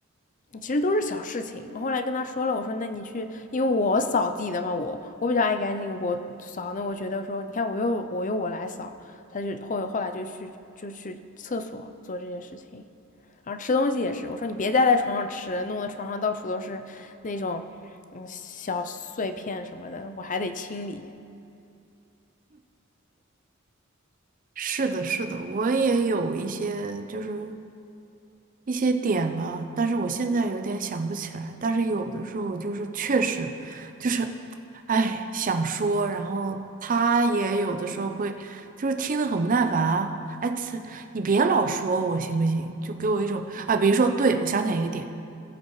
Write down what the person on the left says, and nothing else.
其实都是小事情。我后来跟他说了，我说那你去，因为我扫地的嘛，我我比较爱干净，我扫。那我觉得说，你看我又我又我来扫，他就后后来就去就去厕所做这些事情，然后吃东西也是，我说你别再在床上吃，弄得床上到处都是那种嗯小碎片什么的，我还得清理。